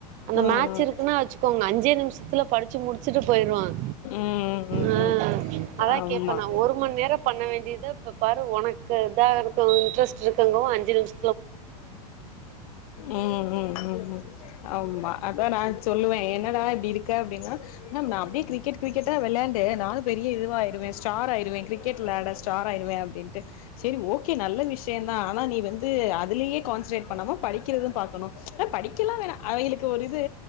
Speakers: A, on the right; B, on the left.
A: அந்த
B: ம்
A: மேட்ச் இருக்குன்னு வச்சுக்கோங்க அஞ்சே நிமிஷத்துல படிச்சு முடிச்சுட்டு போயிருவான்
B: ம் ம் ம்
A: ஆஹ்
B: ம் ம்
A: அதான்
B: ஆமா
A: கேப்பே நா ஒரு மண் நேரம் பண்ண வேண்டியத இப்ப பாரு உனக்கு இதா இருக்கும் இன்ட்ரெஸ்ட் இருக்கங்கவும் அஞ்சு நிமிஷ
B: உம் உம் உம் உம் ஆமா அதான் நான் சொல்லுவே என்னடா இப்டி இருக்க அப்டின்னா மேம் நான் அப்டியே கிரிக்கெட் கிரிக்கெட்டா விளையாண்டு நா பெரிய இதுவாய்ருவேன் ஸ்டார் ஆய்றுவேன் கிரிக்கெட் விளையாட ஸ்டார் ஆயிருவேன் அப்டின்ட்டு செரி ஓகே நல்ல விஷ் யந்தா ஆன நீ வந்து வந்து அதுலயே கான்சன்ட்ரேட் பண்ணாம படிக்கிறதும் பாக்கணும் ஆஹ் படிக்கேலாம் வேணா அவேங்களுக்கு ஒரு இது